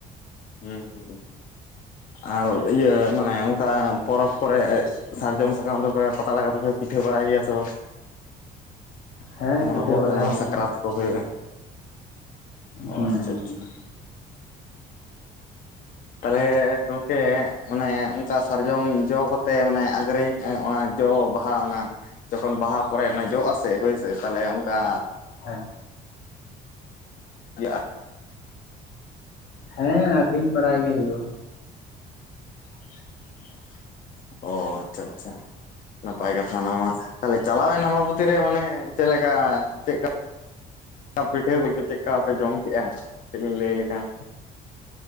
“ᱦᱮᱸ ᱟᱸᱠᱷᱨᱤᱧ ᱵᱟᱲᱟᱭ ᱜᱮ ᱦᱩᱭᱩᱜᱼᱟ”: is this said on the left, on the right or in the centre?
Left